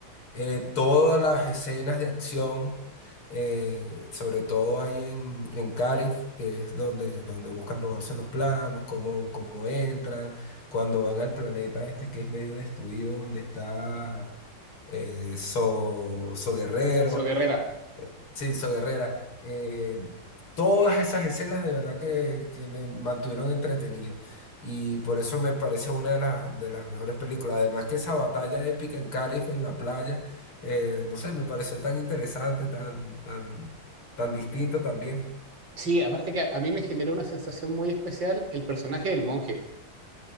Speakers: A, on the left (about 80°); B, on the right (about 60°).
A: eh, todas las escenas de acción, eh, sobre todo ahí en, en Carif, que es donde, donde buscan robarse los planos, cómo, cómo entran, cuando van al planeta este que es medio destruido, donde está eh, So, So Guerrero.
B: So Guerrera.
A: Sí, So Guerrera. Eh, todas esas escenas de verdad que, que me mantuvieron entretenido. Y por eso me parece una de las, de las mejores películas. Además que esa batalla épica en Calif, en la playa, eh, no sé, me pareció tan interesante, tan, tan, tan distinta también.
B: Sí, aparte que a, a mí me generó una sensación muy especial el personaje del monje.